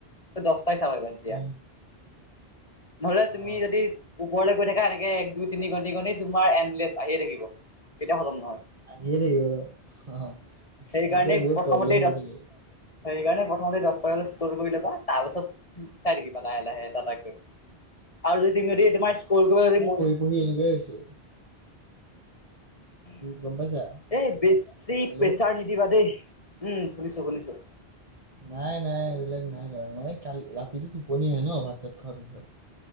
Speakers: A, on the left; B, on the right.
A: ত দহটাই চাব পাৰিবা। <unintelligible>
B: উম <inaudible>
A: নহলে
B: অ
A: তুমি যদি ওপৰলৈ গৈ থাকা এনেকে এক, দুই, তিনি গণি-গণি <unintelligible> তোমাৰ এনলেছ আহিয়ে থাকিব, কেতিয়া খতম নহয়। <unintelligible>
B: আহিয়ে থাকিব আৰু অঁ <unintelligible>
A: সেইকাৰণেই
B: সেইটোৱেই বহুত
A: প্ৰথমতেই
B: প্ৰব্লেম
A: দহ
B: দি থাকে।
A: সেইকাৰণে প্ৰথমতে দহটা ৰিল স্ক্ৰল কৰি লবা তাৰ পাছত <unintelligible> চাই থাকিবা লাহে-লাহে এটা-এটাকৈ আৰু যদি তুমি যদি তোমাৰ স্ত্ৰল কৰিব যদি মন <unintelligible>
B: মোৰ সেই এনেকুৱাই হৈছে। <inaudible>
A: <unintelligible>
B: গম পাইছা
A: এই বেছি
B: হেল্ল'
A: প্ৰেছাৰ নি নিদিবা দেই। উম! শুনিছোঁ-শুনিছোঁ। <inaudible>
B: নাই-নাই, এইবিলাক নাই কৰা মানে কালি ৰাতিটো টোপনি আহে ন, ভাত-চাত খোৱাৰ পিছত। <unintelligible>